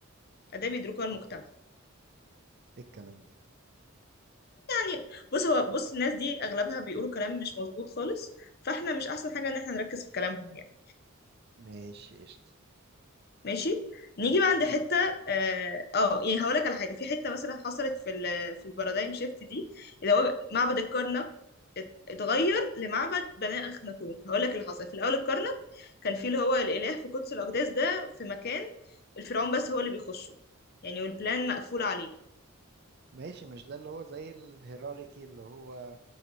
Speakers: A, on the left; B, on the right.
A: اداه بيدركها المجتمع
B: ايه الكلام ده
A: يعني بص هو بص الناس دي اغلبها بيقولوا كلام مش مظبوط خالص فاحنا مش احسن حاجه ان احنا نركز في كلامهم يعني
B: ماشي قشطة
A: ماشي نيجي بقى عند حته اه آه، يعني هقول لك على حاجه في حته مثلا حصلت في ال في البارادايم شيفت دي اللي هو معبد الكرنك ات- اتغير لمعبد بني اخناتون هقول لك اللي حصل في الاول الكرنك كان فيه اللي هو الاله في قدس الاقداس ده في مكان الفرعون بس هو اللي بيخشه يعني والبلان مقفول عليه
B: ماشي مش ده اللي هو زي الهيراركي اللي هو